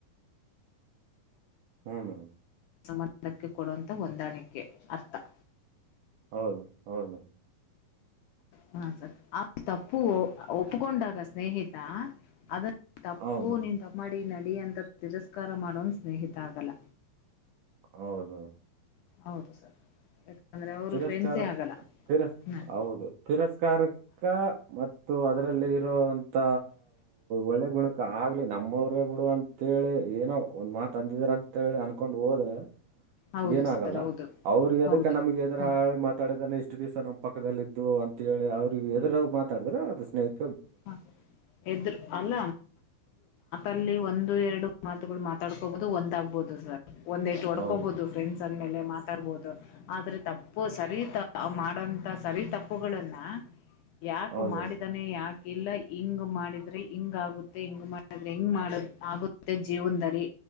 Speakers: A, on the right; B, on the left.
A: ಹ ಹ್ಮನ
B: ಸಂಧಾನಕ್ಕೆ ಕೊಡುವಂಥ ಹೊಂದಾಣಿಕೆ ಅರ್ಥ
A: ಹೌದು ಹೌದು
B: ಹ ಸ ತಪ್ಪು ಒಪ್ಕೊಂಡಾಗ ಸ್ನೇಹಿತ ಅದನ್ನು ತಪ್ಪೂ
A: ಹೌದು ಮೇಡಮ್
B: ನಿ ತಮ್ಮಾಡಿ ನಡಿ ಅಂತ ತಿರಸ್ಕಾರ ಮಾಡೋನ್ ಸ್ನೇಹಿತ ಆಗಲ್ಲ
A: ಹೌದು
B: ಹೌದು ಸರ್ ಯಾಕಂದ್ರೆ ಅವರು
A: ತಿರಸ್ಕಾರ
B: ಫ್ರೆಂಡ್ಸೇ ಆಗಲ್ಲ
A: ತಿ
B: ಹ್ಮ್
A: ಹೌದು ತಿರಸ್ಕಾರಕ ಮತ್ತು ಅದರಲ್ಲಿ ರೋ ಇತ್ತ ಒಳ್ಳೆ ಗುಣಕ ಆಗ್ಲಿ ನಮ್ಮವರೇ ಬಿಡು ಅಂತೇಳಿ ಏನೋ ಒಂದ್ ಮಾತ ಅಂದಿದ್ರ ಅಂತೇಳಿ ಅನ್ಕೊಂಡ್ ಹೋದ್ರೆ
B: ಹೌದು
A: ಏನಾಗಲ್ಲ
B: ಸರ್ ಹೌದು
A: ಅವ್ರು ಎದಕ್ಕೆ
B: ಹೌದು
A: ನಮ್ಗೆ ಎದರ
B: ಹ
A: ಹಾಳಿ ಮಾತಾಡಿದ್ರೆ ಇಷ್ಟು ದಿವ್ಸ ನಮ ಪಕ್ಕದಲ್ಲಿದ್ದು ಅಂತೇಳಿ ಅವ್ರಿಗೆ ಎದ್ರ ಮಾತಾಡಿದ್ರ ಅದು ಸ್ನೇಹಿತ
B: ಹ ಎದರು ಅಲ್ಲ ಅಲ್ಲಿ ಒಂದು ಎರಡು ಮಾತುಗಳು ಮಾತಾಡ್ಕೋಬಹುದು ಒಂದ್ ಆಗ್ಬಹುದು ಸರ್ ಒಂದ್ ಟು ಹೊಡ್ಕೋಬಹುದು
A: ಹೌದು
B: ಫ್ರೆಂಡ್ಸ್ ಅಂದ ಮೇಲೆ ಮಾ ತರ್ಬೋದು ಆದ್ರೆ ತಪ್ಪು ಸರಿ ತ ಮಾಡೋಂತ ಸರಿ ತಪ್ಪುಗಳನ್ನ ಯಾಕು
A: ಹೌದು
B: ಮಾಡಿದಾನೆ
A: ಮೇಡಮ್
B: ಯಾಕೆ ಇಲ್ಲ ಹಿಂಗ್ ಮಾಡಿದ್ರೆ ಹಿಂಗ ಆಗುತ್ತೆ ಹಿಂಗ್ ಮಾಡಿದ್ರೆ ಹಿಂಗ್ ಮಾಡ ಆಗುತ್ತೆ ಜೀವನದಲ್ಲಿ